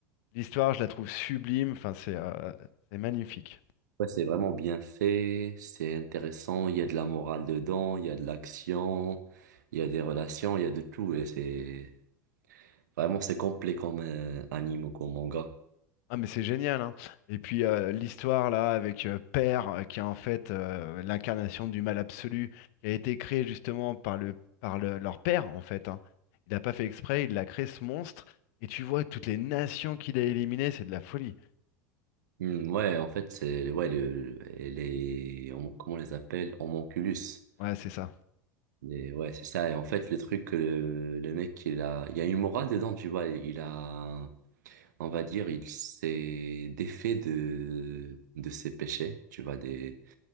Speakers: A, on the left; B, on the right.
A: l'histoire, je la trouve sublime. Enfin, c'est euh, c'est magnifique.
B: Ouais, c'est vraiment bien fait, c'est intéressant, il y a de la morale dedans, il y a de l'action, il y a des relations, il y a de tout et c'est vraiment c'est complet comme euh, anime ou comme manga.
A: Ah, mais c'est génial, hein. Et puis, euh, l'histoire, là, avec euh, Père, euh, qui est en fait euh, l'incarnation du mal absolu, qui a été créé justement par le, par le- leur père, en fait, hein. Il n'a pas fait exprès, il a créé ce monstre. Et tu vois toutes les nations qu'il a éliminées, c'est de la folie.
B: Hmm, ouais, en fait, c'est ouais, le, les, on- comment on les appelle? Homonculus.
A: Ouais, c'est ça.
B: Les- ouais, c'est ça. Et en fait, le truc, euh, le mec, il a, il y a une morale dedans, tu vois. Il a, on va dire, il s'est défait de, de ses péchés, tu vois, des,